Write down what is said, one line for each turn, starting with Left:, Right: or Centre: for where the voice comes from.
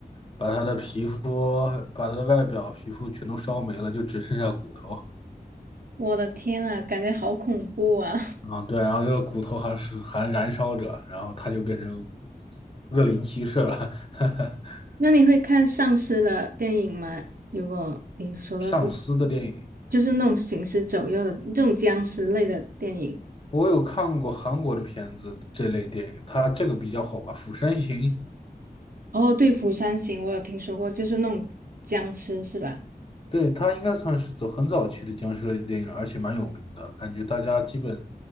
Left: 把他的皮肤、把他的外表、皮肤全都烧没了，就只剩下骨头。
Right: <laughs> 我的天啊，感觉好恐怖啊！
Left: 嗯，对，然后这个骨头还是还燃烧着，然后他就变成恶灵骑士了。<laughs>
Right: <laughs> 那你会看丧尸的电影吗？如果你说到这
Left: 上司的电影，
Right: 就是那种行尸走肉的这种僵尸类的电影。
Left: 我有看过韩国的片子，这类电影，他这个比较火吧，《釜山行》
Right: 哦，对，《釜山行》我有听说过，就是那种僵尸是吧？
Left: 对，它应该算是走很早期的僵尸类电影，而且蛮有名的，感觉大家基本，